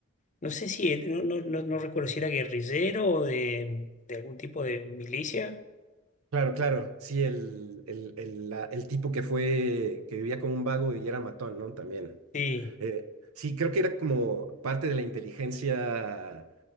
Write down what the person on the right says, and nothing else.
Claro, claro, sí, el, el, el, la- el tipo que fue, que vivía como un vago y era matón, ¿no? También.
Eh, sí, creo que era como parte de la inteligencia